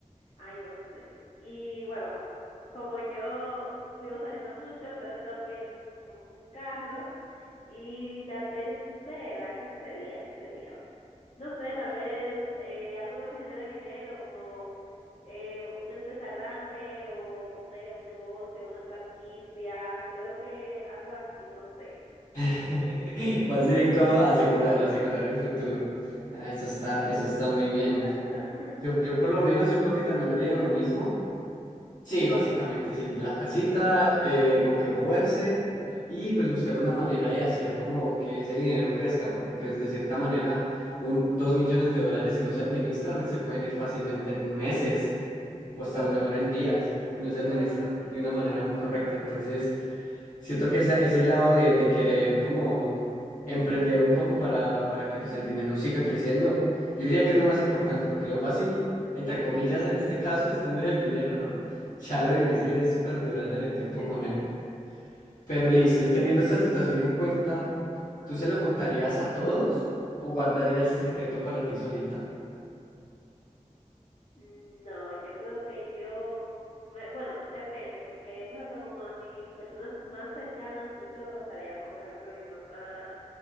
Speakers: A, on the left (about 55°); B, on the left (about 85°).
A: ay, no sé. Y bueno, como yo vivo saliendo mucho, creo que también un carro. Y la tercera, ¿qué sería? ¿Qué sería? no sé, tal vez eh, algo que me genere dinero, como eh, una empresa grande o, no sé, un negocio, una franquicia, creo que algo así, no sé.
B: <laughs> Más directo a asegurar, a asegurar
A: <laughs>
B: el futuro. Ah, eso está, eso está muy bien.
A: Exacto. <laughs>
B: Yo, yo por lo menos, yo creo que también haría lo mismo. Sí, básicamente, sí, la casita, eh, con qué moverse y pues buscar una manera de hacer como que ese dinero crezca, porque pues de cierta manera, un, dos millones de dólares si no se administran, se pueden ir fácilmente en meses o hasta a lo mejor en días, si no se
A: Bueno,
B: administran
A: sí,
B: de una manera muy correcta.
A: también.
B: Entonces... Siento que esa, ese lado de, de querer como emprender un poco para, para que pues el dinero siga creciendo, yo diría que es lo más importante, porque lo fácil, entre comillas, en este caso es tener el dinero, ¿no? Ya lo difícil es perdurar en el tiempo
A: Exacto.
B: con él. Pero listo, y teniendo esta situación en cuenta, ¿tú se lo contarías a todos o guardarías el secreto para ti solita?
A: No, yo creo que yo, me- bueno, depende, porque, por ejemplo, como a mis personas más cercanas sí se lo contaría, como por ejemplo a mi mamá,